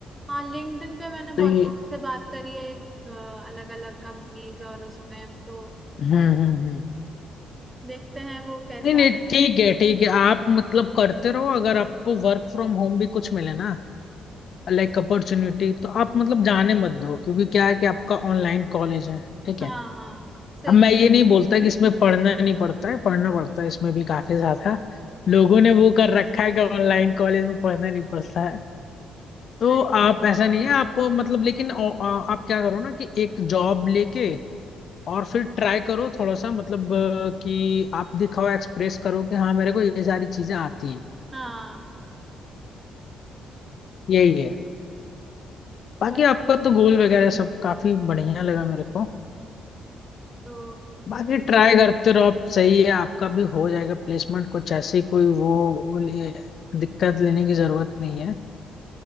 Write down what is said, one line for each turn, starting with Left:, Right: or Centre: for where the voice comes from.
Right: हाँ लिंक्डइन पे मैंने बहुत
Left: तो ये
Right: लोगों से बात करी है अलग अलग कंपनीज और उसमें तो
Left: हम्म हम्म हम्म
Right: देखते हैं वो कैसा
Left: नहीं नहीं ठीक है ठीक है आप मतलब करते रहो अगर आपको वर्क फ्रॉम होम भी कुछ मिले ना लाइक अपॉर्चुनिटी तो आप मतलब जाने मत दो क्योंकि क्या है कि आपका ऑनलाइन कॉलेज है ठीक
Right: हाँ
Left: है
Right: सही
Left: अब मैं
Right: कह
Left: ये
Right: रहे
Left: नहीं
Right: हो
Left: बोलता कि इसमें पढ़ना नहीं पड़ता है पढ़ना पड़ता है इसमें भी काफी ज्यादा लोगों ने वो कर रखा है कि ऑनलाइन कॉलेज में पढ़ना नहीं पड़ता है तो
Right: नहीं
Left: आप ऐसा नहीं है आप मतलब लेकिन औ- आ- आप क्या करो ना कि एक जॉब लेके और फिर ट्राई करो थोड़ा सा मतलब अ, कि आप दिखाओ एक्सप्रेस करो कि हाँ मेरे को ये सारी चीजें आती हैं
Right: हाँ
Left: यही है बाकी
Right: बस
Left: आपका तो गोल वगैरह सब काफी बढ़िया लगा मेरे को
Right: तो
Left: बाकी ट्राई करते रहो आप सही है आपका भी हो जाएगा प्लेसमेंट कुछ ऐसी कोई वो वो ले- दिक्कत लेने की जरूरत नहीं है